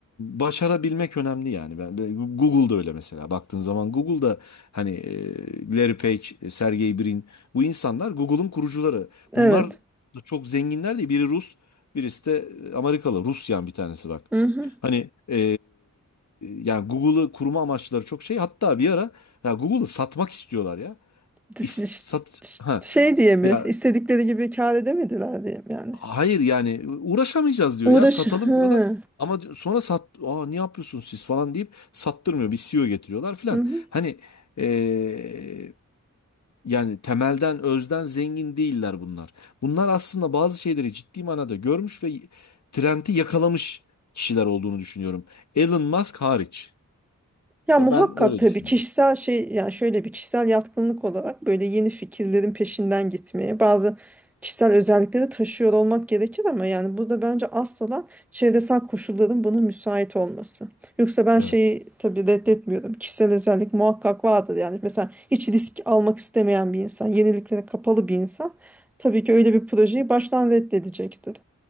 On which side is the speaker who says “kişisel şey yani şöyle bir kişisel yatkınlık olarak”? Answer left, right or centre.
Centre